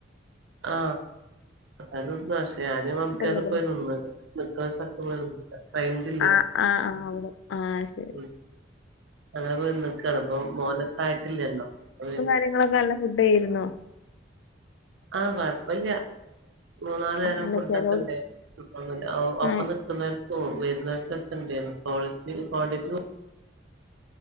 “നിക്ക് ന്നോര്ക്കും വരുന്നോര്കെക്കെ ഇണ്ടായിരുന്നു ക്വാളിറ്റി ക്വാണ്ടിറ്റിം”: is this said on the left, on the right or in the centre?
Right